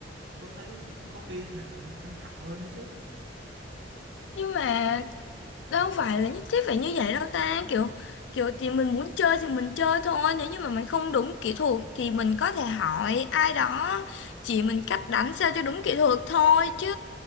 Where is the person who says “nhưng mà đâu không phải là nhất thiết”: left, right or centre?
Left